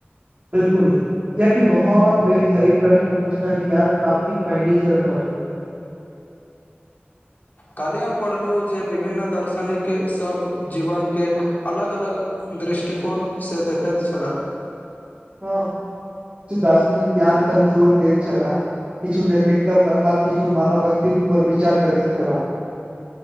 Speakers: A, on the right (about 35°); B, on the left (about 45°).
A: बिलकुल कायाकि बहुत बे सही प्रश्न पूछना ह ज्ञान प्राप्तिक पहल चरण हो
B: कालही हम पढ़लहु जे विभिन्न दार्शनिक सब जीवन के अलग अलग दृष्टिकोणसँ देखैत छलाह
A: हँ किए दार्शनिक ज्ञान पर जोर दैत छलाह किछु नैतिकता पर आर किछु मानव अस्तित्व पर विचार करैत छलाह